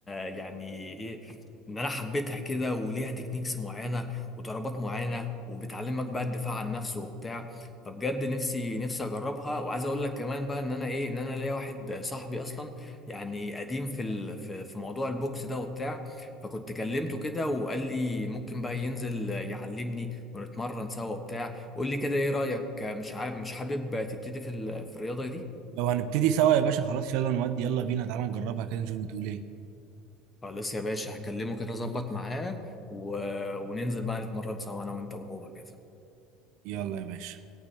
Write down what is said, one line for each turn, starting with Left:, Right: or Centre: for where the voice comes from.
Left: يعني ايه ان انا حبيتها كده وليها تكنيكس معينه وضربات معينه وبتعلمك بقى الدفاع عن نفسه وبتاع فبجد نفسي نفسي اجربها وعايز اقول لك كمان بقى ان انا ايه ان انا ليا واحد صاحبي اصلا يعني قديم في ال... في في موضوع البوكس ده وبتاع فكنت كلمته كده وقال لي ممكن بقى ينزل يعلمني ونتمرن سوا وبتاع قول لي كده ايه رايك مش عا... مش حابب تبتدي في ال... في الرياضه دي
Right: لو هنبتدي سوا يا باشا خلاص يلا نودي يلا بينا تعالى نجربها كده نشوف بتقول ايه
Left: خلاص يا باشا هكلمه كده اظبط معاه و... وننزل بقى نتمرن سوا انا وانت وهو كده
Right: يلا يا باشا